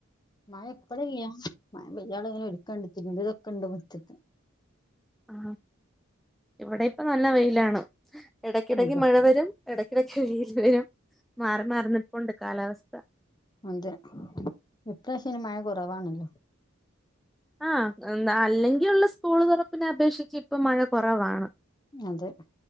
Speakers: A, on the left; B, in the centre.
A: മഴ എപ്പളില്ല. മഴ പെയ്യാനുള്ള ഇങ്ങനെ ഒരുക്കണ്ട് എടുക്കണ്ട് ഇരുള് വെക്കെണ്ട് മുറ്റത്ത്
B: ആ ഇവിടെ ഇപ്പ നല്ല വെയിലാണ്. ഇടയ്ക്കിടക്ക്
A: അതാ
B: മഴ വരും ഇടക്കിടക്ക് വെയിൽ വരും മാറി മാറന്നിപ്പുണ്ട് കാലാവസ്ഥ.
A: ഉണ്ട് ഇപ്രാവശ്യം മഴ കുറവാണല്ലോ?
B: ആ എന്താ അല്ലെങ്കിൽ ഉള്ള സ്കൂൾ തുറപ്പിനെ അപേക്ഷിച്ച് ഇപ്പ മഴ കുറവാണ്
A: അതെ